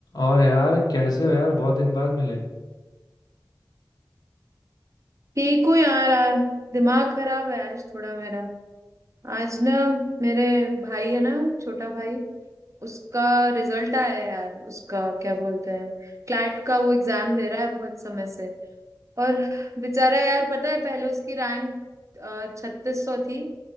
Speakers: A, on the left (about 60°); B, on the right (about 40°).
A: और यार कैसे हो यार बहुत दिन बाद मिले
B: ठीक हूँ यार आज दिमाग खराब है आज थोड़ा मेरा आज ना मेरे भाई है ना छोटा भाई उसका रिजल्ट आया है यार उसका क्या बोलते हैं क्लैट का वो एग्जाम दे रहा है बहुत समय से और बेचारा यार पता है पहले उसकी रैंक छत्तीस सौ थी